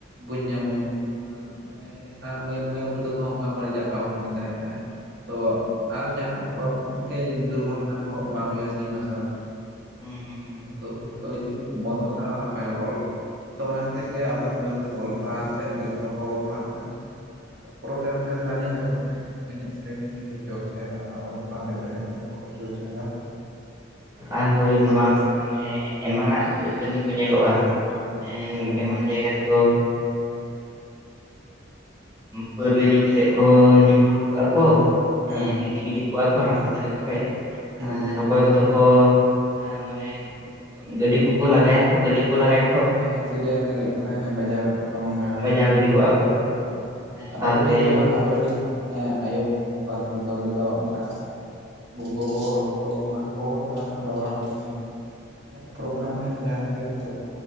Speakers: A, on the right (about 55°); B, on the right (about 20°).
A: ᱵᱩᱡᱽ ᱧᱟᱢᱮᱭᱟ ᱢᱟᱱᱮ ᱮᱱᱟᱹᱠᱷᱟᱱ ᱢᱟᱹᱭ ᱵᱟᱹᱵᱩ ᱛᱟᱠᱚ ᱦᱚᱸ ᱚᱱᱠᱟ ᱵᱟᱹᱲᱤᱡᱟᱜ ᱵᱟᱠᱚ ᱠᱟᱹᱢᱤ ᱫᱟᱲᱮᱭᱟᱜ-ᱟ, ᱛᱚ ᱟᱨ ᱡᱟᱦᱟᱱᱟᱜ ᱩᱱᱠᱟ ᱥᱮ ᱫᱩᱨᱜᱷᱚᱴᱚᱱᱟ ᱠᱚ ᱵᱟᱝ ᱦᱩᱭᱩᱜ-ᱟ ᱥᱤ ᱢᱟᱨᱥᱟᱞ᱾
B: ᱦᱩᱸ ᱦᱩᱸ ᱦᱩᱸ
A: <inaudible> ᱡᱩᱫᱤ ᱵᱚᱱᱫᱚ ᱠᱷᱟᱱ ᱟᱨ ᱱᱟᱯᱟᱭ ᱛᱚ ᱚᱱᱟ ᱠᱷᱟᱹᱛᱤᱨ ᱜᱮ ᱟᱵᱚᱨᱮᱱ ᱢᱟᱹᱭ ᱵᱟᱵᱩ ᱛᱮᱠᱚ ᱚᱞᱚᱜ ᱯᱟᱲᱦᱟᱣ ᱥᱮᱫ ᱮᱠᱫᱚᱢ ᱵᱟᱠᱚ ᱚᱞ ᱯᱟᱲᱦᱟᱜ ᱠᱟᱱᱟ ᱟᱨ ᱯᱨᱳᱜᱨᱟᱢ ᱜᱮ ᱥᱟᱨᱟ ᱫᱤᱱ ᱠᱚ ᱚᱱᱟ ᱮᱱᱮᱡ ᱥᱮᱨᱮᱧ ᱱᱤᱭᱮ ᱜᱮᱠᱚ ᱪᱚᱨᱪᱟᱭ ᱮᱫᱟ ᱟᱨ ᱚᱞᱚᱜ ᱯᱟᱲᱦᱟᱣ ᱥᱮᱫ ᱫᱚ ᱮᱠᱫᱚᱢ ᱵᱟᱠᱚ ᱪᱚᱨᱪᱟᱭ ᱮᱫᱟ᱾
B: ᱟᱨ ᱦᱳᱭ ᱱᱚᱣᱟ ᱠᱚᱨᱮ ᱫᱚ ᱢᱟᱱᱮ ᱮᱢᱟᱱᱟᱜ ᱠᱟᱹᱢᱤ ᱠᱚ ᱧᱮᱞᱚᱜ-ᱟ᱾ ᱮ
A: ᱦᱮᱸ
B: ᱮᱢᱟ ᱡᱟᱭᱜᱟ ᱨᱮᱫᱚ᱾ ᱯᱟᱹᱣᱨᱟᱹ ᱧᱩ ᱠᱟᱛᱮᱜ ᱠᱚ ᱧᱩ ᱵᱩᱞ ᱠᱚᱜ-ᱟ ᱠᱚ᱾
A: ᱦᱮᱸ
B: ᱜᱤᱛᱤᱡ ᱜᱤᱰᱤ ᱠᱚᱜ-ᱟ, ᱠᱚ ᱨᱟᱥᱛᱟ ᱫᱷᱟᱨᱮ ᱠᱚᱨᱮ
A: ᱦᱮᱸ
B: ᱟᱨ ᱚᱠᱚᱭ ᱠᱚᱫᱚ ᱠᱚ ᱢᱟᱱᱮ ᱜᱟᱹᱰᱤ ᱠᱚᱠᱚ ᱞᱟᱜᱟᱭ ᱟᱠᱚ ᱜᱟᱹᱰᱤ ᱠᱚᱠᱚ ᱞᱟᱜᱟᱭ᱾
A: ᱦᱮ ᱮᱠᱥᱤᱰᱮᱱᱴ ᱨᱮ ᱦᱳᱭᱳᱜ ᱠᱟᱱᱟ ᱦᱮᱸ ᱵᱟᱡᱟᱨ ᱨᱚᱝ ᱚᱱᱠᱟᱜ ᱜᱮ᱾
B: ᱵᱟᱡᱟᱣ ᱜᱤᱰᱤ ᱠᱚᱜᱼᱟ ᱠᱚ
A: ᱟᱨ
B: ᱥᱟᱶᱛᱮ
A: ᱟᱵᱚᱞᱮᱱ ᱡᱮᱢᱚᱱ ᱟᱵᱚᱨᱮᱱ ᱮᱸᱜ ᱟᱭᱳᱼᱵᱟᱵᱟ ᱛᱚ ᱫᱚ ᱚᱝᱠᱟ ᱜᱚᱜᱚ ᱦᱚᱲ ᱠᱚ ᱵᱟᱝ ᱠᱚ ᱜᱚᱜᱼᱟ ᱦᱚᱲ ᱫᱚ ᱵᱟᱵᱟ ᱦᱚᱲ ᱠᱚ ᱧᱮᱞᱟᱹᱭ ᱠᱮᱫ ᱡᱩᱫᱤ ᱡᱟᱦᱟᱸᱱᱟᱜ ᱯᱨᱳᱜᱨᱟᱢ ᱦᱩᱭᱱᱟ ᱡᱟᱦᱟᱸ ᱨᱮᱜᱮ ᱦᱚᱛᱚ